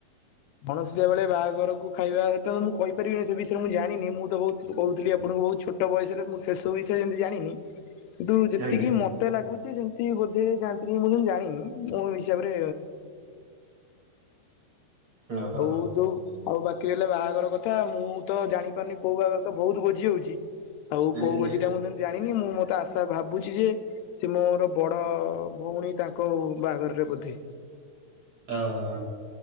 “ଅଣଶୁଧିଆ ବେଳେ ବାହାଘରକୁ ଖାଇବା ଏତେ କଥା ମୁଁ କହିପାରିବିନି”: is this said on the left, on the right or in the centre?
Left